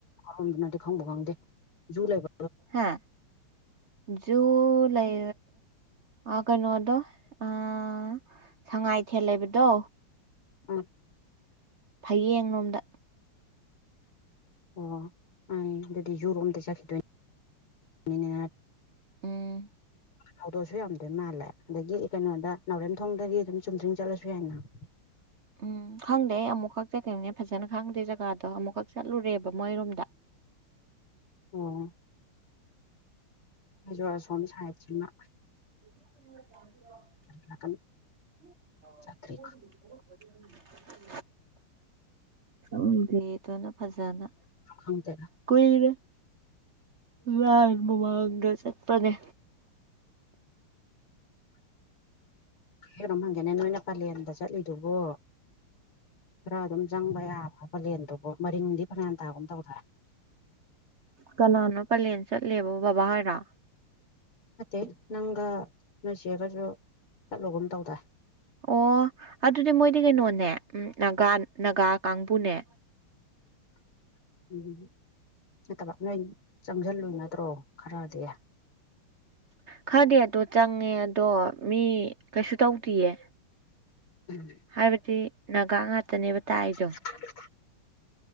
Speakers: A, on the left; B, on the right.
A: ꯔꯣꯝꯗꯨꯅꯗꯤ ꯈꯪꯕ ꯈꯪꯗꯦ ꯖꯨ ꯂꯩꯕ
B: ꯍꯥ ꯖꯨ ꯂꯩ ꯀꯩꯅꯣ ꯑꯗꯣ ꯑꯥ ꯁꯉꯥꯏꯊꯦꯜ ꯂꯩꯕꯗꯣ
A: ꯑ
B: ꯐꯌꯦꯡ ꯂꯣꯝꯗ
A: ꯑꯣ ꯑꯗꯨꯗꯤ ꯖꯨꯔꯣꯝꯗ ꯆꯠꯈꯤꯗꯣꯏꯅꯦ
B: ꯎꯝ
A: ꯍꯧꯗꯣꯛꯑꯁꯨ ꯌꯥꯝꯗꯣꯏ ꯃꯥꯜꯂꯦ ꯑꯗꯒꯤ ꯀꯩꯅꯣꯗ ꯅꯥꯎꯔꯦꯝꯊꯣꯡꯗꯒꯤ ꯑꯗꯨꯝ ꯆꯨꯝꯖꯤꯡ ꯆꯠꯂꯁꯨ ꯌꯥꯏꯅ <inaudible>
B: ꯎꯝ ꯈꯪꯗꯦ ꯑꯩ ꯑꯃꯨꯛꯈꯛ ꯆꯠꯈꯤꯕꯈꯤꯕꯅꯦ ꯐꯖꯅ ꯈꯪꯗꯦ ꯖꯒꯥꯗꯣ ꯑꯃꯨꯛꯈꯛ ꯆꯠꯂꯨꯔꯦꯕ ꯃꯣꯏꯔꯣꯝꯗ
A: ꯑꯣ ꯍꯧꯖꯣ ꯑꯁꯣꯝ ꯁꯥꯏꯠꯁꯤꯅ
B: <unintelligible>
A: ꯅꯥꯀꯟ ꯆꯠꯇ꯭ꯔꯤ
B: ꯎꯝꯗ ꯊꯣꯛꯅ ꯐꯖꯥꯅ
A: ꯈꯪꯗꯦꯗ
B: ꯀꯣꯏꯗ ꯂꯕꯨ ꯃꯥꯡꯒ ꯆꯠꯄꯅꯦ
A: ꯀ ꯀꯩꯅꯣꯝ ꯍꯪꯒꯦꯅꯦ ꯅꯣꯏꯅ ꯄꯂꯦꯟꯗ ꯆꯠꯂꯤꯗꯨꯕꯣ ꯈꯔ ꯑꯗꯨꯝ ꯆꯪꯕ ꯌꯥꯕ꯭ꯔ ꯄꯂꯦꯟꯗꯨꯕꯣ ꯃꯔꯤꯡꯗꯤ ꯅꯗꯒ ꯇꯧꯔ
B: ꯀꯅꯥꯅꯣ ꯄꯂꯦꯟ ꯆꯠꯂꯦꯕ ꯕꯕꯥ ꯍꯥꯏꯔꯥ
A: ꯅꯠꯇꯦ ꯅꯪꯒ ꯅꯣꯏ ꯆꯦꯒꯁꯨ ꯆꯠꯂꯨꯒꯨꯝ ꯇꯧꯗ
B: ꯑꯣ ꯑꯗꯨꯗꯤ ꯃꯣꯏꯗꯤ ꯀꯩꯅꯣꯅꯦ ꯎꯒꯥ ꯅꯥꯒꯥ ꯀꯥꯡꯕꯨꯅꯦ
A: <inaudible> ꯎꯝ ꯅꯠꯇꯕ ꯅꯣꯏ ꯆꯪꯁꯤꯜꯂꯨꯏ ꯅꯠꯇ꯭ꯔꯣ ꯈꯔꯗꯤ
B: ꯈꯔꯗꯤ ꯑꯣ ꯆꯪꯉꯦ ꯑꯗꯣ ꯃꯤ ꯀꯩꯁꯨ ꯇꯧꯗꯌꯦ
A: ꯎꯝ
B: ꯍꯥꯏꯕꯗꯤ ꯒꯥ ꯉꯥꯛꯇꯅꯦꯕ ꯇꯥꯏ ꯑꯩꯗꯣ
A: ꯍ